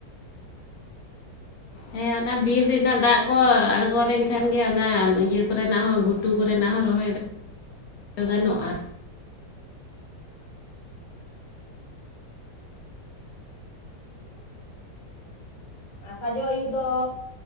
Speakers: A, on the left; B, on the left.
A: ᱦᱮᱸ ᱚᱱᱟ ᱵᱤᱨ ᱨᱮᱱᱟᱜ ᱫᱟᱜ ᱠᱚ ᱟᱬᱜᱚ ᱞᱮᱱᱠᱷᱟᱱ ᱜᱮ ᱚᱱᱟ ᱤᱭᱟᱹ ᱠᱚᱨᱮᱱᱟᱜ ᱦᱚᱸ ᱜᱷᱩᱴᱩ ᱠᱚᱨᱮᱱᱟᱜ ᱦᱚᱸ ᱨᱚᱦᱚᱭ ᱫᱚ ᱜᱟᱱᱚᱜᱼᱟ᱾
B: ᱟᱨ ᱥᱟᱡᱚ ᱟᱹᱭᱩ ᱫᱚ